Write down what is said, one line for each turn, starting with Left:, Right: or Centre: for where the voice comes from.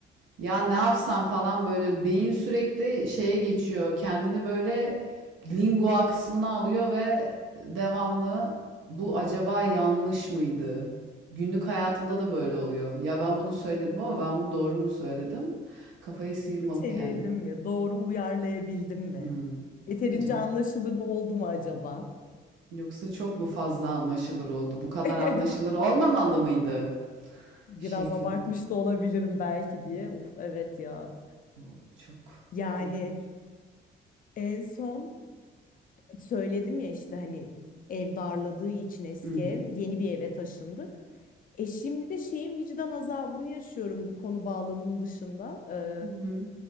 Right: Ya ne yapsam falan böyle beyin sürekli şeye geçiyor. Kendini böyle lingua kısmına alıyor ve devamlı bu acaba yanlış mıydı? Günlük hayatımda da böyle oluyor. Ya ben bunu söyledim ama ben bunu doğru mu söyledim? Kafayı sıyırmalık
Left: Çevirdim
Right: yani.
Left: mi? Doğru uyarlayabildim mi?
Right: Hmm,
Left: Yeterince
Right: acaba.
Left: anlaşılır mı oldu mu acaba?
Right: Yoksa çok mu fazla anlaşılır oldu? Bu kadar
Left: <laughs>
Right: anlaşılır olmamalı mıydı?
Left: Biraz
Right: Şeklinde.
Left: abartmış da olabilirim belki diye. Uf evet ya.
Right: O çok
Left: Yani
Right: korkunç.
Left: en son söyledim ya işte hani ev darladığı için eski
Right: Hı hı.
Left: ev yeni bir eve taşındık. E şimdi de şeyin vicdan azabını yaşıyorum bu konu bağlamının dışında. Ee,
Right: Hı hı.